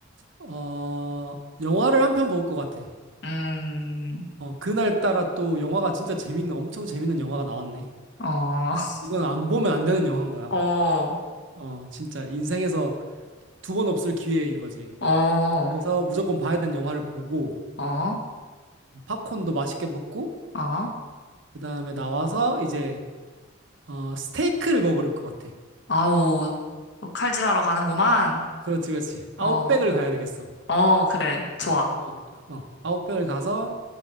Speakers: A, on the right (about 60°); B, on the left (about 55°).
A: 어, 영화를 한 편 볼 것 같아.
B: 음,
A: 어, 그날따라 또 영화가 진짜 재밌는, 엄청 재밌는 영화가 나왔네.
B: 어, <laughs>
A: 이건 안 보면 안 되는 영화인 거야.
B: 어,
A: 어, 진짜 인생에서 두 번 없을 기회인 거지.
B: 어,
A: 그래서 무조건 봐야 되는 영화를 보고,
B: 어,
A: 팝콘도 맛있게 먹고,
B: 어,
A: 그 다음에 나와서 이제, 어, 스테이크를 먹을 것 같아.
B: 아우, 또 칼질하러 가는구만.
A: 그렇지, 그렇지. 아웃백을
B: 어,
A: 가야 되겠어.
B: 어, 그래. 좋아.
A: 어, 어. 아웃백을 가서